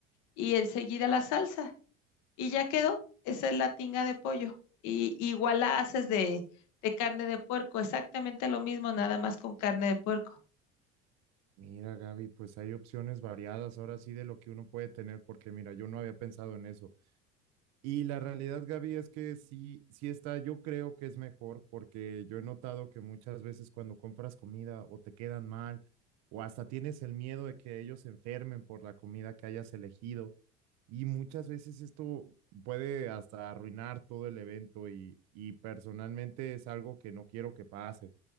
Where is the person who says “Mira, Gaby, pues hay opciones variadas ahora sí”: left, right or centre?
Right